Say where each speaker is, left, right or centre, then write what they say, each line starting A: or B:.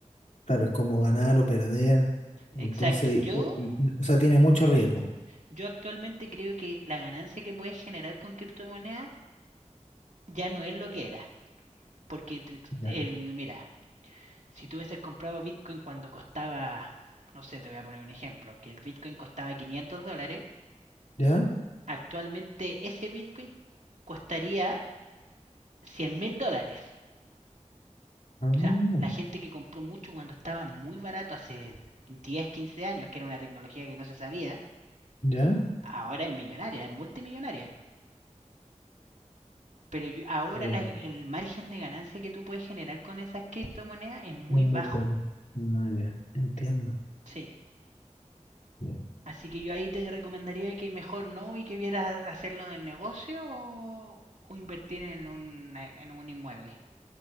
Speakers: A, on the left (about 70°); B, on the right (about 75°).
A: claro, es como ganar o perder. Entonces,
B: Exacto. Yo,
A: y- y- o sea, tiene mucho riesgo.
B: yo actualmente creo que la ganancia que puedes generar con criptomonedas ya no es lo que era. Porque
A: Ya.
B: el, mira, si tú hubieses comprado Bitcoin cuando costaba, no sé, te voy a poner un ejemplo, que el Bitcoin costaba 500 dólares,
A: ¿Ya?
B: actualmente ese Bitcoin costaría 100 mil dólares.
A: Ah,
B: O sea, la gente que compró mucho cuando estaba muy barato hace 10, 15 años, que era una tecnología que no se sabía,
A: ¿ya?
B: ahora es millonaria, es multimillonaria. Pero yo- ahora
A: Bueno.
B: la- el margen de ganancia que tú puedes generar con esas criptomonedas es muy
A: Es muy
B: bajo.
A: poco. Ah, ya, entiendo.
B: Sí,
A: Ya.
B: Así que yo ahí te recomendaría que mejor no y que vieras hacerlo del negocio o, o invertir en un, en un inmueble.